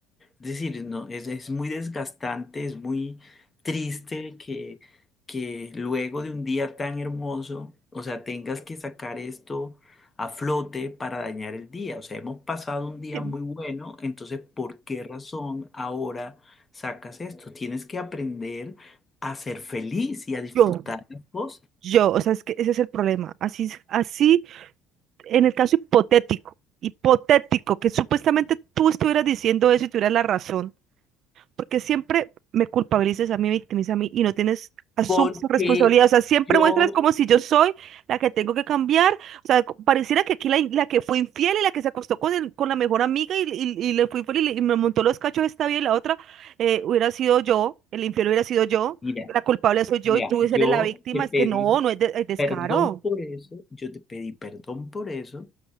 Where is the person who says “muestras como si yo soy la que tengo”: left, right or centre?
Right